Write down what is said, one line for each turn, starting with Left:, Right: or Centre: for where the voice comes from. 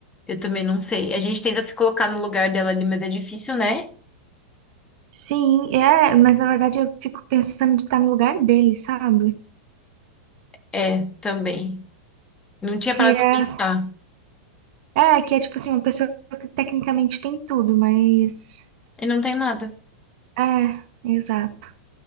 Left: Eu também não sei. A gente tenta se colocar no lugar dela ali, mas é difícil, né?
Right: Sim, é, mas na verdade eu fico pensando de estar no lugar dele, sabe?
Left: É, também. Não tinha
Right: Que
Left: parado
Right: é,
Left: pra pensar.
Right: é, que é tipo assim, uma pessoa que tecnicamente tem tudo, mas
Left: E não tem nada.
Right: é, exato.